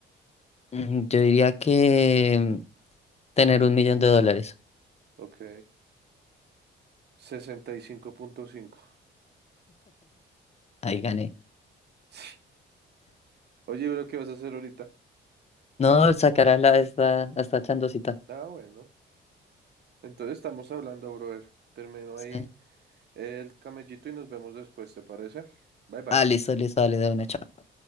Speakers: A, on the left; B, on the right.
A: Mm, Yo diría que tener un millón de dólares.
B: Ok. sesenta y cinco, punto cinco.
A: Ahí gané.
B: <laughs> Oye, bro, ¿qué vas a hacer ahorita?
A: No, sacarás la esta, esta chandosita.
B: Ah, bueno. Entonces estamos hablando, brother. Termino
A: Sí.
B: ahí el camellito y nos vemos después, ¿te parece? Bye, bye.
A: Ah, listo, listo, dale de una. chao.